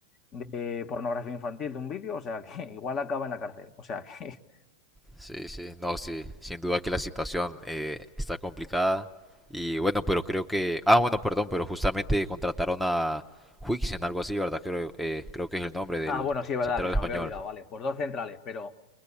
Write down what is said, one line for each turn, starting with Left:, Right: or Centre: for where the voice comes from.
Left: de pornografía infantil de un vídeo, o sea que <laughs> igual acaba en la cárcel. O sea que. <laughs>
Centre: sí, sí. No, sí. Sin duda que la situación eh, está complicada. Y bueno, pero creo que... Ah, bueno, perdón, pero justamente contrataron a Huixen, algo así, ¿verdad? Creo, eh, creo que es el nombre del
Left: Ah, bueno, sí, es verdad
Centre: central
Left: que se
Centre: español.
Left: me había olvidado, vale. Pues dos centrales, pero